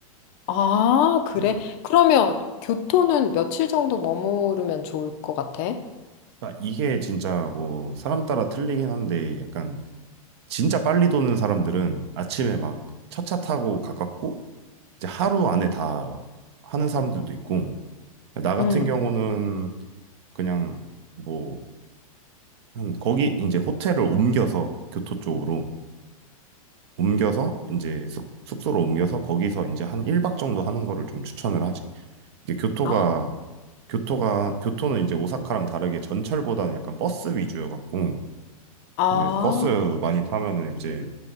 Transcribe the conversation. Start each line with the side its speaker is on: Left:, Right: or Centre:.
Left: 아, 그래?
Right: 음.
Left: 그러면 교토는 며칠 정도 머무르면 좋을 것 같아?
Right: 그러니까 이게 진짜 뭐 사람 따라 틀리긴 한데 약간 진짜 빨리 도는 사람들은 아침에 막 첫 차 타고 가깝고 이제 하루 안에 다 하는 사람들도 있고 나 같은
Left: 음.
Right: 경우는 그냥 뭐 한 거기 이제 호텔을 옮겨서 교토 쪽으로 옮겨서 이제 숙, 숙소로 옮겨서 거기서 이제 한 1박 정도 하는 거를 좀 추천을 하지. 이제 교토가
Left: 아,
Right: 교토가 교토는 이제 오사카랑 다르게 전철보다는 약간 버스 위주여갖고
Left: 아,
Right: 이제 버스 많이 타면은 이제